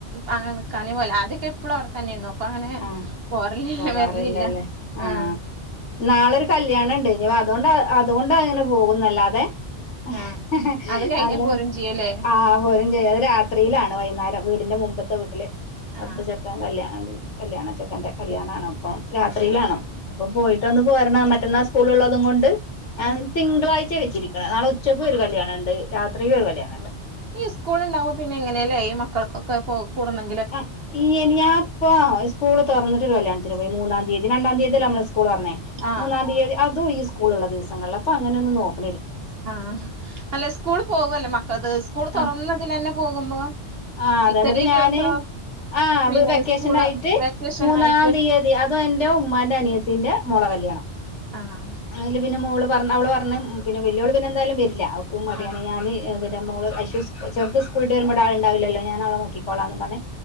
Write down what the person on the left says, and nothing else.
ആഹ്
പോവാറില്ലല്ലേ
ആഹ്
നാളൊരു കല്യാണം ഇണ്ട് ഇനി അതുകൊണ്ടാ അതുകൊണ്ടാ ഇങ്ങനെ പോകുന്ന അല്ലാതെ ഹ്
ഹ്
അല്ല
ആ പോരും ചെയ്യാ അ രാ ത്രിയിലാണ് വൈകുന്നേരം വീടിന്റെ മുമ്പത്തെ വീട്ടില് അവിടുത്ത
ചെക്കൻ കല്യാണം കല്യാണ ചെക്കന്റെ കല്യാണാണ്‌ അപ്പം രാത്രിയിലാണ് അപ്പൊ പോയിട്ടൊന്ന് പോരണം മറ്റന്നാ സ്കൂളുള്ളതുകൊണ്ട് അത്
തിങ്കളാഴ്ച വെച്ചിരിക്കണ നാളെ ഉച്ചക്ക് ഒരു കല്യാണം ഇണ്ട് രാത്രിയും ഒരു കല്ല്യാണ
ആ ഈ ഇനിയാപ്പ സ്കൂള് തുറന്നിട്ട് ഒരു കല്യാണത്തിന് പോയി. മൂന്നാം തീയതി. രണ്ടാം തീയതിയല്ലെ നമ്മളെ സ്കൂള് തൊറന്നേ?
മൂന്നാം തീയതി അതും ഈ സ് സ്കൂളുള്ള ദിവങ്ങളിൽ അപ്പോ അങ്ങനൊന്ന് നോക്ക്
ആഹ്
ആഹ് അതെ
ന്നിട്ട് ഞാന്
ആഹ്
വി വെക്കേഷൻ
ആയിട്ട്
മൂന്നാം
തീയതി അ ത് എന്റെ ഉമ്മാന്റെ അനിയത്തിന്റെ മോളെ കല്യാണം
അതിൽ പിന്നെ മോള് പറ അവള് പറഞ്ഞ് പിന്നെ വല്യോള് പിന്നെ എന്തായാലും വരില്ല്യാ അവക്കും മടിയാണ്
ഞാന് പിന്നെ മോള് ഐഷു സ് കൂൾചെറുത് സ്കൂള്ട്ട് വരുമ്പോ ഇവിടാളുണ്ടാവില്ലല്ലോ ഞാന് അവളെ നോക്കിക്കോളാന്നും പറഞ്ഞ്